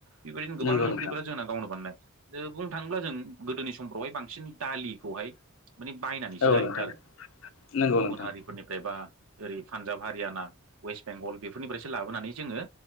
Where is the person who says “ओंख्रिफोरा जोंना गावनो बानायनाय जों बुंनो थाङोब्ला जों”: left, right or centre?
Right